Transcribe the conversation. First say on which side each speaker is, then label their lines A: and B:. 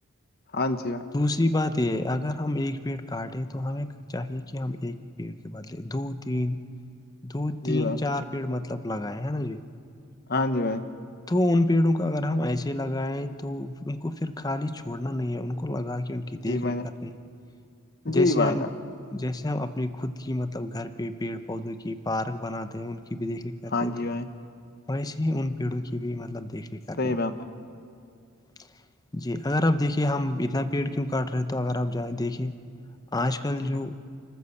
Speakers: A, on the left; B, on the left.
A: ہاں جی
B: دوسری بات یہ اگر ہم ایک پیٹ کاٹیں تو ہم ایک چاہیے کہ ہم ایک پیڑ کے بدلے دو تین دو تین
A: جی بھائی
B: چار پیڑ مطلب لگائے ہے نا جی
A: ہاں جی بھائی
B: تو ان پیڑوں کو اگر ہم ایسے لگائےیں تو ان کو پھر خالی چھوڑنا نہیں ہے ان کو لگا کے کی دیکھ
A: جی بھائی
B: ریکھ
A: جان
B: کرنی ہے جیسے
A: جی بھائی
B: ہم
A: جان
B: جیسے ہم اپنی خود کی مطلب گھر پہ پیڑ پودوں کی پارک بناتے ہیں ان کی بھی دیکھ ر کہتے
A: ہاں جی
B: تو
A: بھائی
B: ویسے ہی ان پیڑوں کی بھی مطلب دیکھ رھ کرنی
A: صحیح
B: میں
A: بات بھائی
B: <unintelligible> <inaudible> جی اگر آپ دیکھیے ہم اتنا پیڑ کیوں کاٹ رہے تو اگر آپ جائیں دیکھیے آج کل
A: جی بھائی
B: جو